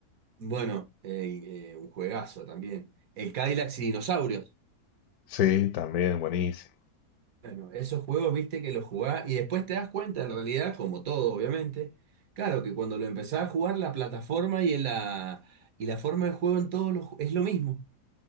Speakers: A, on the right; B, on the left.
A: Bueno, eh, eh, un juegazo también. El Cadillac y dinosaurios.
B: Sí, también, buenísimo. <laughs>
A: Bueno, esos juegos, viste que los jugás y después te das cuenta, en realidad, como todo, obviamente, claro que cuando lo empezás a jugar, la plataforma y, la, y la forma de juego en todos los ju- es lo mismo.